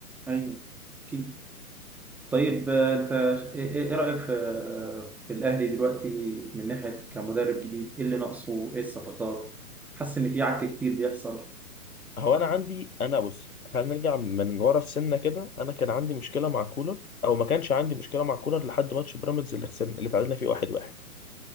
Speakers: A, in the centre; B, on the left.
A: ايوه اكيد طيب آه، انت ش- ايه إيه- إيه رأيك في في الاهلي دلوقتي من ناحية كمدرب جديد ايه اللي ناقصه ايه الصفقات حاسس ان في عك كتير بيحصل
B: هو انا عندي انا بص خلينا نرجع من ورا السنه كده انا كان عندي مشكله مع كولر او ما كانش عندي مشكله مع كولر لحد ماتش بيراميدز اللي خسرنا اللي تعادلنا فيه 1-1